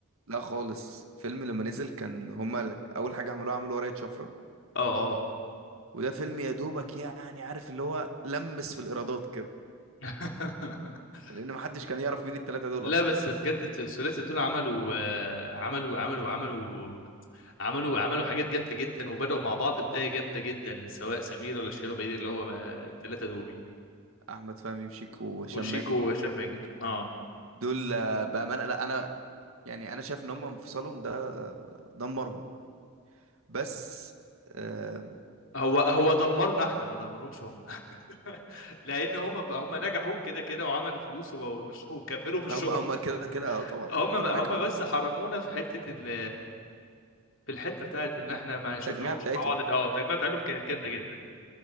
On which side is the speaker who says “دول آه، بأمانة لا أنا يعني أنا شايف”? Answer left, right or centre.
Right